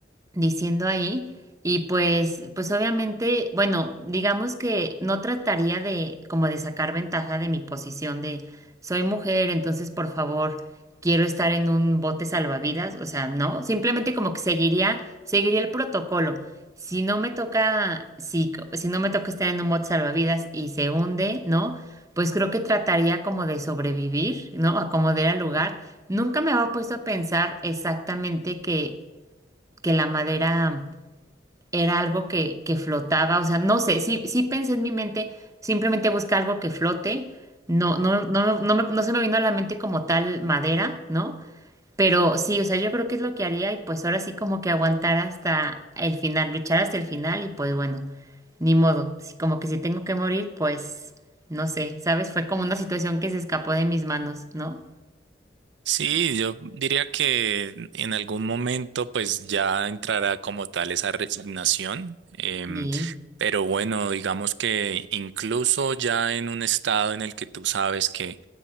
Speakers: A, on the right; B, on the right.
A: diciendo ahí. Y pues, pues obviamente, bueno, digamos que no trataría de como de sacar ventaja de mi posición de soy mujer, entonces por favor, quiero estar en un bote salvavidas, o sea, no, simplemente como que seguiría, seguiría el protocolo. Si no me toca, si, co- si no me toca estar en un bote salvavidas y se hunde, ¿no? Pues creo que trataría como de sobrevivir, ¿no? Acomodar al lugar. Nunca me había puesto a pensar exactamente que que la madera era algo que, que flotaba, o sea, no sé, sí, sí pensé en mi mente, simplemente busca algo que flote, no, no, no, no, no me- no se me vino a la mente como tal madera, ¿no? Pero sí, o sea, yo creo que es lo que haría y pues ahora sí como que aguantar hasta el final, luchar hasta el final y pues bueno, ni modo, sí, como que si tengo que morir, pues no sé, ¿sabes? Fue como una situación que se escapó de mis manos, ¿no?
B: Sí, yo diría que en algún momento pues ya entrará como tal esa resignación, em,
A: Sí,
B: pero bueno, digamos que incluso ya en un estado en el que tú sabes que,